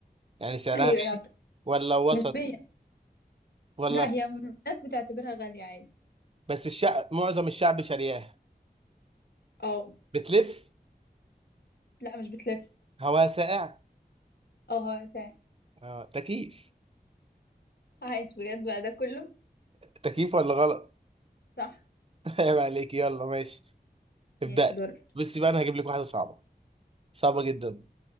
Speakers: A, on the right; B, on the left.
A: يعني سعرها
B: ايوه
A: غالي
B: يعتبر
A: ولا وسط
B: نسبيا
A: ولا
B: لا هي م- الناس بتعتبرها غالية عادي
A: بس الشعب معظم الشعب شارياها
B: اه
A: بتلف
B: لا مش بتلف
A: هواها ساقع
B: اه هو سا-
A: اه تكييف
B: عايش بجد بقى ده كله
A: تكييف ولا غلط
B: صح
A: <laughs> عيب عليك يلا ماشي ابدأ
B: ماشي دورك
A: بس بقى انا هجيب لك واحدة صعبة صعبة جدا